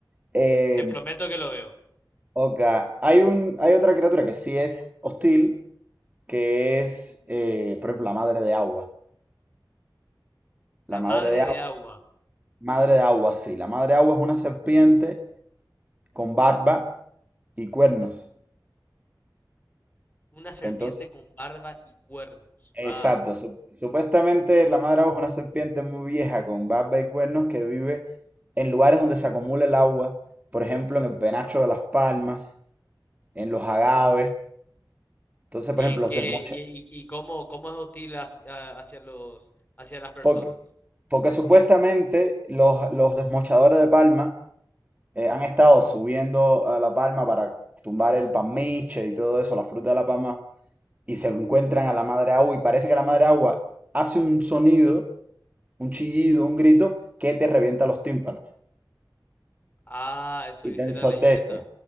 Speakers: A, on the right (about 20°); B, on the left (about 25°).
A: Eh,
B: Te prometo que lo veo.
A: ok, hay un, hay otra criatura que sí es hostil, que es, eh, por ejemplo, la madre de agua. La
B: La
A: madre
B: madre
A: de
B: de agua,
A: Madre de agua, sí. La madre de agua es una serpiente con barba y cuernos.
B: una serpiente
A: Que entonces,
B: con barba y cuernos.
A: exacto,
B: Va.
A: sup- supuestamente la madre de agua es una serpiente muy vieja con barba y cuernos que vive en lugares donde se acumula el agua, por ejemplo, en el penacho de las palmas, en los agaves. Entonces,
B: ¿Y
A: por ejemplo,
B: en
A: los
B: qué
A: desmocha.
B: y, y- y cómo cómo es hostil hasti- a- hacia los hacia las personas?
A: Porque, porque supuestamente los, los desmochadores de palma eh, han estado subiendo a la palma para tumbar el palmiche y todo eso, la fruta de la palma y se encuentran a la madre agua y parece que la madre agua hace un sonido, un chillido, un grito que te revienta los tímpanos
B: Ah, eso
A: y
B: dice
A: te ensordece.
B: la leyenda.